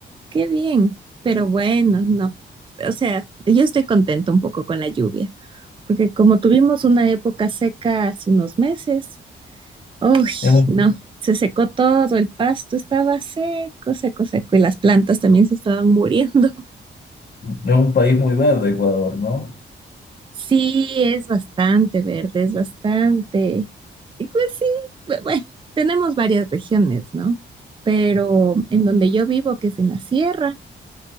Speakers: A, on the right; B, on the left.
A: qué bien. Pero bueno, no. O sea, yo estoy contenta un poco con la lluvia, porque como tuvimos una época seca hace unos meses, Uy,
B: Es un,
A: no, se secó todo, el pasto estaba seco, seco, seco y las plantas también se estaban muriendo. <laughs>
B: es un país muy verde, Ecuador, ¿no?
A: Sí, es bastante verde, es bastante. Y pues sí, bu- bueno, tenemos varias regiones, ¿no? Pero en donde yo vivo, que es en la sierra,